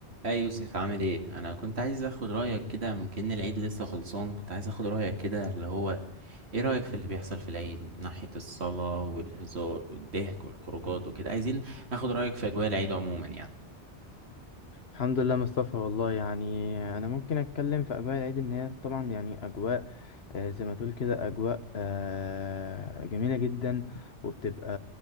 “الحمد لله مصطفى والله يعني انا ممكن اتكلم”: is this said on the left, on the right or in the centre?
Left